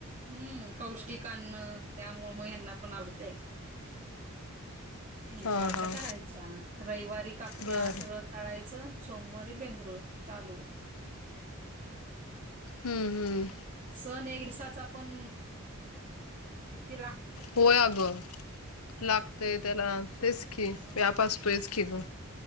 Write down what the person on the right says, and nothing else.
हम्म पौष्टिक अन्न त्यामुळं मग ह्यांना पण आवडचंय.
गुळाच्या
करायच्या रविवारी कापण्या
सगळं. तळायचं सोमवारी बेंद्रू चालू.
सण एक दिसाचा पण किती लाख.
मग